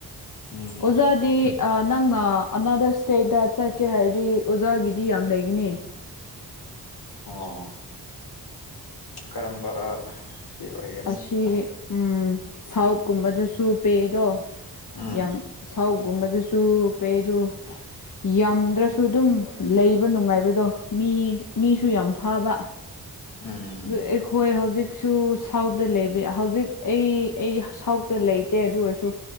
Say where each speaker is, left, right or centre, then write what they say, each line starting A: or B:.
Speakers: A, on the left (about 75°); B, on the left (about 55°).
A: ꯎꯝ
B: ꯑꯣꯖꯥꯗꯤ ꯅꯪꯅ ꯑꯅꯥꯗꯔ ꯏꯁꯇꯦꯗꯠꯇ ꯆꯠꯀꯦ ꯍꯥꯏꯔꯗꯤ ꯑꯣꯖꯥꯒꯤꯗꯤ ꯌꯥꯝ ꯂꯩꯒꯅꯤ
A: ꯑꯣ ꯀꯔꯝꯕ ꯒꯤ ꯑꯣꯏꯒꯅꯤ
B: ꯑꯁꯤ ꯎꯝ ꯁꯥꯎꯠꯀꯨꯝꯕꯗꯁꯨ ꯄꯦꯗꯣ
A: ꯎꯝ
B: ꯌꯥꯝ ꯁꯥꯎꯒꯨꯝꯕꯗꯁꯨ ꯄꯩꯗꯣ ꯌꯥꯝꯗ꯭ꯔꯁꯨ ꯑꯗꯨꯝ ꯂꯩꯕ ꯅꯨꯡꯉꯥꯏꯕꯗꯣ ꯃꯤ ꯃꯤꯁꯨ ꯌꯥꯝ ꯐꯥꯕ
A: ꯎꯝ
B: ꯈꯣꯏ ꯍꯧꯖꯤ ꯍꯧꯖꯤꯛꯁꯨ ꯁꯥꯎꯠꯇ ꯂꯩꯕ ꯍꯧꯖꯤꯛ ꯑꯩ ꯑꯩ ꯁꯥꯎꯠꯇ ꯂꯩꯇꯦ ꯑꯗꯨ ꯑꯣꯏꯔꯁꯨ